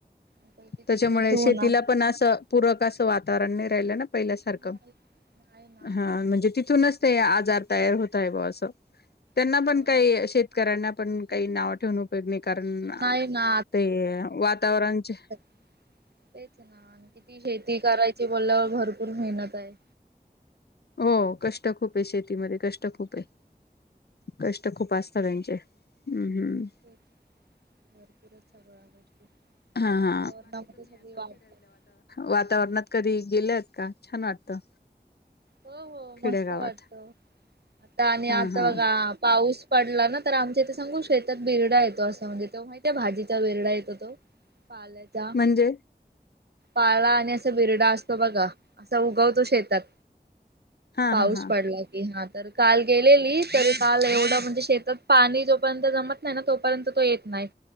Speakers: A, on the right (about 80°); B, on the left (about 80°).
A: आता किती
B: त्यांच्यामुळे
A: दिवस होणार.
B: शेतीलां पणं असं पूंरक असं वातांवरण नाहीं राहिलं नां पहिल्यांसारखं
A: नाही
B: असं
A: नाही ना
B: हां म्हणजे तिथूंनच ते आजांर तयांर होतंय बघां असं त्यांना
A: हो
B: पणं कांहीं
A: ना.
B: शेतकऱ्यांना पणं कांहीं नांव ठेवूंन कारणं
A: नाही ना
B: ते वातांवरणचे
A: तेचं नां आणि किती शेती करायची बोलल्यांवर भरंपूर मेहनत आहे.
B: हो कंष्ट खूंप आहे शेतीमध्यें कंष्ट खूंप आहे कंष्ट खूंप असतं करायचे हम्मं हम्मं
A: <unintelligible> <inaudible>
B: हा हा
A: <unintelligible>
B: वातांवरणात कधीं गेल्यां आहेतं कां छांन वाटतं
A: हो हो
B: खेडेगावात
A: मस्तं वाटतं आंता आणि
B: हा
A: आंता
B: हा
A: बघां पाऊस पाऊस पडलां नां तरं आमच्या इथे सांगू शेतांत बिरडा येतो असं म्हणजे तो माहित आहे भाजीचा बिरडा येतो तो पालतं
B: म्हणजे
A: पालां आणि असां बिरडां असतो बघां असां उगवतो शेतांत
B: हा
A: पाऊस
B: हा हा
A: पडलाय हां तरं कांल गेलेली तरं कांल एवढं म्हणजे शेतांत पाणी जोपर्यंत जमां नाहीं नां तोपर्यंत तो येतं नाहीं